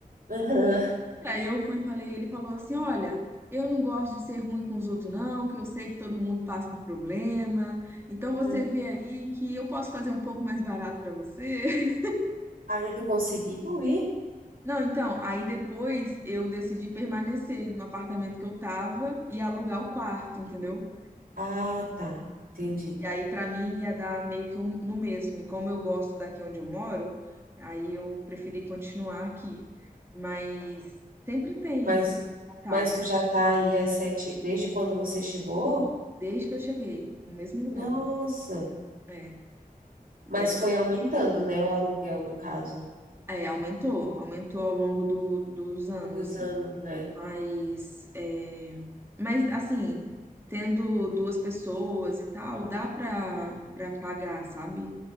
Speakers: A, on the right; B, on the right.
A: Aham.
B: Aí eu fui e falei, ele falou assim, olha, eu não gosto de ser ruim com os outros não, que eu sei que todo mundo passa por problema. Então você
A: Hum.
B: vê aí que eu posso fazer um pouco mais barato pra você. <laughs>
A: Aí tu conseguiu ir?
B: Não, então, aí depois eu decidi permanecer no apartamento que eu tava e alugar o quarto, entendeu?
A: Ah, tá, entendi.
B: E aí, pra mim, ia dar meio que um, no mesmo. E como eu gosto daqui onde eu moro, aí eu preferi continuar aqui. Mas sempre tem,
A: Mas,
B: assim, contato,
A: mas tu já tá aí há sete, desde quando você chegou?
B: desde que eu cheguei, no mesmo lugar.
A: Nossa,
B: É,
A: mas
B: e tá difícil.
A: foi aumentando, né, o aluguel, no caso,
B: É, aumentou, aumentou ao longo do, dos anos,
A: dos
B: assim.
A: anos, né?
B: Mas, é, mas, assim, tendo duas pessoas e tal, dá pra, pra pagar, sabe?